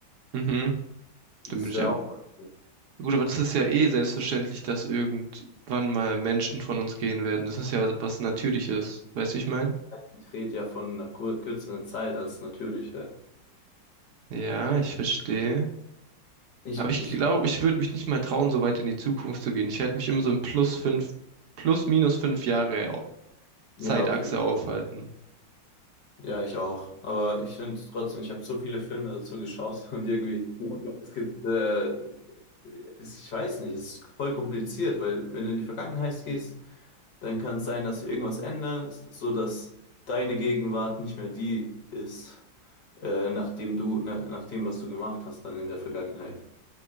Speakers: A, on the right; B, on the left.
A: Mhm.
B: Das
A: Dann bin ich
B: wäre
A: ja.
B: auch. Ja,
A: Gut, aber das ist ja eh selbstverständlich, dass irgendwann mal Menschen von uns gehen werden. Das ist ja was Natürliches, weißt du, ich meine.
B: Ich rede ja von einer kur kürzeren Zeit als natürlich wäre.
A: Ja, ich verstehe.
B: Ich,
A: Aber ich
B: ich
A: glaube,
B: glaube,
A: ich würde mich nicht mal trauen, so weit in die Zukunft zu gehen. Ich werde mich immer so in plus fünf, plus minus fünf Jahre au-
B: ja,
A: Zeitachse
B: okay.
A: aufhalten.
B: Ja, ich auch. Aber ich finde trotzdem, ich habe so viele Filme dazu geschaut <laughs> und irgendwie, es gibt, äh, es, ich weiß nicht, es ist voll kompliziert, weil wenn du in die Vergangenheit gehst, dann kann es sein, dass du irgendwas änderst, so dass deine Gegenwart nicht mehr die ist, äh, nachdem du, nach, nach dem, was du gemacht hast, dann in der Vergangenheit.